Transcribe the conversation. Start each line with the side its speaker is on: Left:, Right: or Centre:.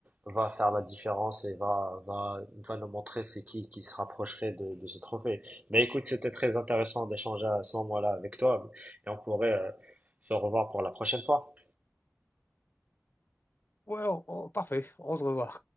Right: va faire la différence et va, va, va nous montrer c'est qui qui se rapprocherait de, de ce trophée. Mais écoute, c'était très intéressant d'échanger à ce moment-là avec toi et on pourrait euh, se revoir pour la prochaine fois.
Left: Ouais, on- on- parfait, on se revoit.